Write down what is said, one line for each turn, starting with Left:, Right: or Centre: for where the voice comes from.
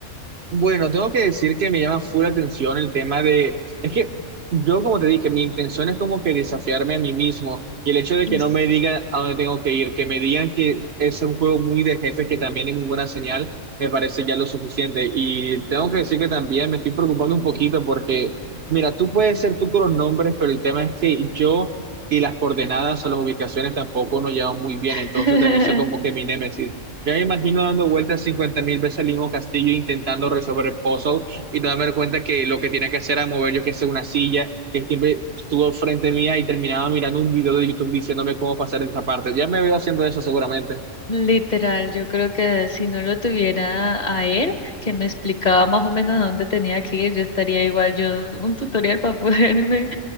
Right: Bueno, tengo que decir que me llama full atención el tema de, es que yo como te dije, mi intención es como que desafiarme a mí mismo y el hecho de que
Left: Mm.
Right: no me digan a dónde tengo que ir, que me digan que es un juego muy de jefe, que también es muy buena señal, me parece ya lo suficiente. Y tengo que decir que también me estoy preocupando un poquito porque, mira, tú puedes ser tú con los nombres, pero el tema es que yo... Y las coordenadas o las ubicaciones tampoco nos llevan muy bien,
Left: <laughs>
Right: entonces también soy como que mi némesis. Ya me imagino dando vueltas 50 mil veces al mismo castillo intentando resolver el puzzle y no darme cuenta que lo que tenía que hacer era mover yo que sé una silla que siempre estuvo frente mía y terminaba mirando un video de YouTube diciéndome cómo pasar esa parte. Ya me veo haciendo eso seguramente.
Left: Literal, yo creo que si no lo tuviera a él, que me explicaba más o menos a dónde tenía que ir, yo estaría igual, yo un tutorial para <laughs> poderme,